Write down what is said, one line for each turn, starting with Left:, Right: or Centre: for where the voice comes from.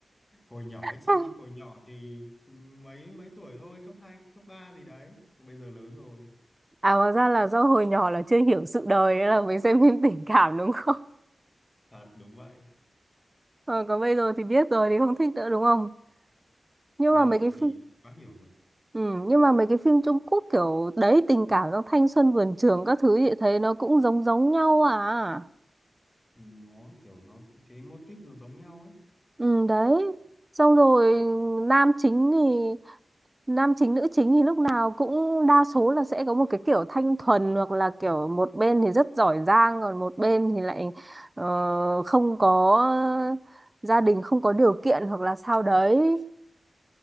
Left: hồi nhỏ
Right: <laughs>
Left: ấy chị, hồi nhỏ thì ừ, mấy mấy tuổi thôi, cấp 2 cấp 3 gì đấy. Còn Bây giờ lớn rồi.
Right: À hóa ra là do hồi nhỏ là chưa hiểu sự đời nên là mới xem phim <laughs> tình cảm đúng không?
Left: Thật đúng vậy.
Right: Ờ, còn bây giờ thì biết rồi thì không thích nữa đúng không? Nhưng
Left: Bây
Right: mà mấy
Left: giờ
Right: cái
Left: thì
Right: phim
Left: quá hiểu rồi.
Right: ừ, nhưng mà mấy cái phim Trung Quốc kiểu đấy tình cảm trong thanh xuân vườn trường các thứ vậy thấy nó cũng giống giống nhau à.
Left: Nó kiểu nó cái mô típ nó giống nhau ấy.
Right: Ừ đấy. Xong rồi nam chính thì nam chính nữ chính thì lúc nào cũng đa số là sẽ có một cái kiểu thanh thuần hoặc là kiểu một bên thì rất giỏi giang còn một bên thì lại ờ, không có gia đình không có điều kiện hoặc là sao đấy